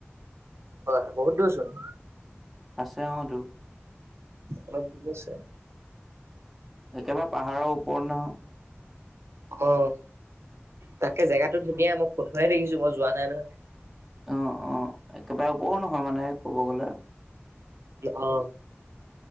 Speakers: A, on the right (about 80°); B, in the centre.
A: হয় বহুত দূৰচোন
B: আছে অঁ দূৰ
A: অলপ দূৰ আছে
B: একেবাৰে পাহাৰৰ ওপৰত নহয়
A: অঁ তাকে জেগাতো ধুনীয়া মই ফটোহে দেখিছোঁ মই যোৱা নাই নহয়
B: অ' অ' একেবাৰে ওপৰো নহয় মানে ক'ব গ'লে
A: অঁ